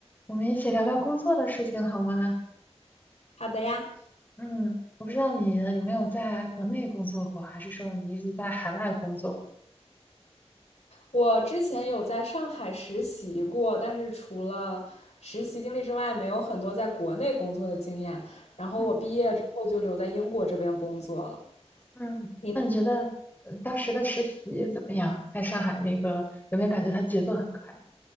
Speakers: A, on the left; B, on the left.
A: 我们一起聊聊工作的事情好吗？
B: 好的呀，
A: 嗯，我不知道你有没有在国内工作过，还是说你一直在海外工作？
B: 我之前有在上海实习过，但是除了实习经历之外，没有很多在国内工作的经验。然后我毕业之后就留在英国这边工作了。
A: 嗯嗯，
B: 你
A: 那你觉得呃当时的实习怎么样？在上海那个有没有感觉它节奏很快？